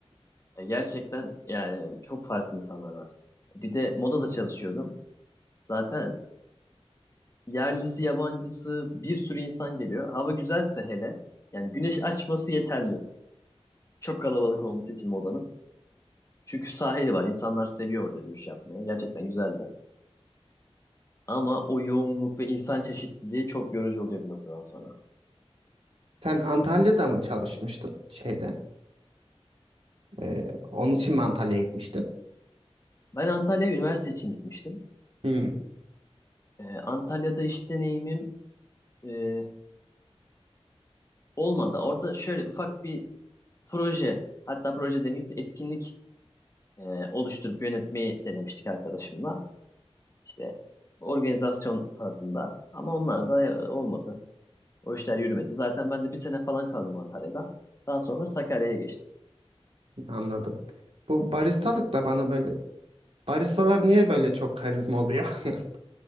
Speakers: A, on the left (about 30°); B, on the right (about 65°).
A: E, gerçekten yani çok farklı insanlar var. Bir de modada çalışıyordum. Zaten yerlisi yabancısı bir sürü insan geliyor. Hava güzelse hele yani güneş açması yeterli. Çok kalabalık olması için modanın. Çünkü sahili var. İnsanlar seviyor orada yürüyüş yapmaya. Gerçekten güzeldi. Ama o yoğunluk ve insan çeşitliliği çok yorucu oluyor bir noktadan sonra.
B: Sen Antalya'da mı çalışmıştın şeyde? Ee, onun
A: E,
B: için mi Antalya'ya gitmiştin?
A: Ben Antalya'ya üniversite için gitmiştim.
B: Hmm,
A: E, Antalya'da iş deneyimim e, olmadı. Orada şöyle ufak bir proje, hatta proje demeyeyim bir etkinlik e, oluşturup yönetmeyi denemiştik arkadaşımla. İşte organizasyon tadında ama onlar da e, olmadı. O işler yürümedi. Zaten ben de bir sene falan kaldım Antalya'da. Daha sonra Sakarya'ya geçtim.
B: anladım. Bu baristalık da bana böyle baristalar niye böyle çok karizma oluyor? <laughs>